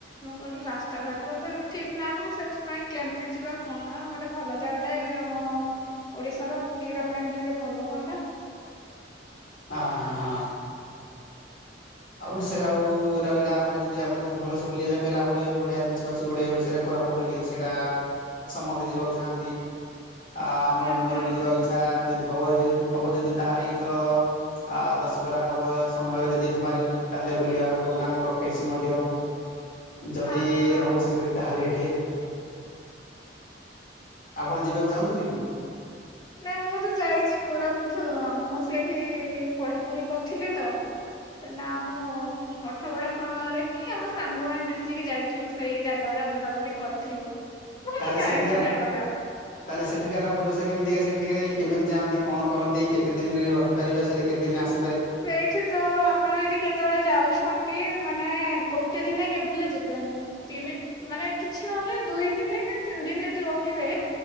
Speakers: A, on the left; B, on the left.
A: ମୁଁ କହିଲି ରାସ୍ତାଘାଟ କଧ ଠିକ ନାହିଁ ସେଥିପାଇଁ କେମିତି ଯିବା କଣ ଗୋଟେ ଭଲ ଜାଗାଟା ଆମ ଓଡିଶାର ବୁଲିବା ପାଇଁ ଟିକେ ଭଲ ହୁଅନ୍ତା।
B: ହଁ ହଁ ହଁ। ଆଉ ଓଡିଶାରେ ଆଉ ରହିଲା ଆମର ଯଦି ଆପଣ ଯଦି ଭଲସେ ବୁଲିବା ହେଲା ଗୋଟେ ବଢିଆ ଜିନିଷ ଅଛି ଗୋଟେ ଓଡିଶାରେ କୋରାପୁଟ ବୋଲିକି ସେଟା ସମସ୍ତେ ଯିବାକୁ ଚାହାଁନ୍ତି ଆ ଆମର
A: ହୁଁ
B: ମୋର
A: ହୁଁ
B: ବି ଯିବାକୁ ଇଛା ଯଦି ହବ ହବ ଯଦି ତାହେଲେ ଏଇଥର ଆ ଦଶକରା ହବ ସମୟରେ ଯଦି ହବ ପାରିବୁ ଯଦି ତାହେଲେ ବୁଲିବାର ପ୍ରୋଗ୍ରାମ ରଖେଇଛି ମଧ୍ୟ। ଯଦି
A: ହଁ ହଁ।
B: ରହୁଛି ଯଦି ତାହେଲେ ଏ ଠେ। ଆପଣ ଯିବାକୁ ଚାହୁଁଛନ୍ତି କି?
A: ନାଇଁ ମୁଁ ତ ଯାଇଛି କୋରାପୁଟ। ଠୁ ଅ ମୁଁ ସେଇଠି ପଢେ। ପଢା ପୁଢ଼ୀ କରିଥିଲି ତ ସେନା ଆମ ପଠ ପଢା ସମୟରେ ହିଁ ଆମ। ସାଙ୍ଗ ମାନେ ମିଶିକି ଯାଇଥିଲୁ ସେଇ ଜାଗାଗୁଡା ବୁଲାବୁଲି। କରିଥିଲୁ। ଭଲ
B: ତାହେଲେ
A: ଥାଏ
B: ସେଠିକାର,
A: ସେ ଜାଗାଗୁଡା।
B: ତାହେଲେ ସେଠିକାର ପରିବେଶ କେମିତିକା ସେଠିକା କେମିତି ଯାଆନ୍ତି କଣ କରନ୍ତି କେତେ ଦିନରେ ରହିପାରିବା ସେ କେତେ ଦିନ ଆସି
A: ସେଇଠି ତ ଆପଣ ଯଦି କେତେବେଳେ ଯାଉଛନ୍ତି ମାନେ ଗୋ ଗୋଟେ ଦିନେ କେବେ ହେଲେ ଯିବେନି ମାନେ କିଛି ନହେଲେ ଦୁଇ ଦିନ ନା ତିନି ଦିନ ଯଦି ରହିବେ।